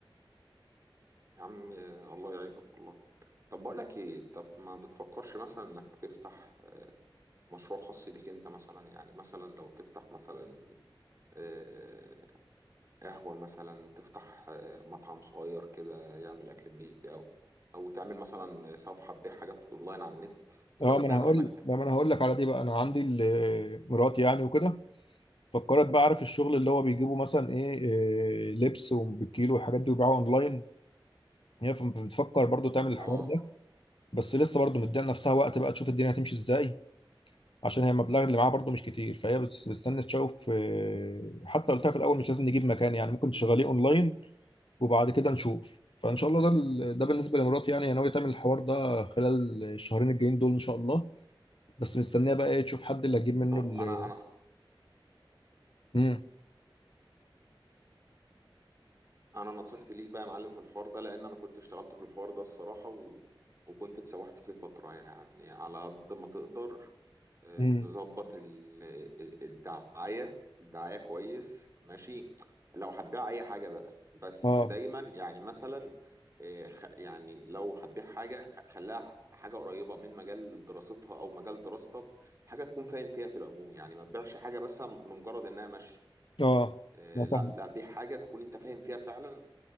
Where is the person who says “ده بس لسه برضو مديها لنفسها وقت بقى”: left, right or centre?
Left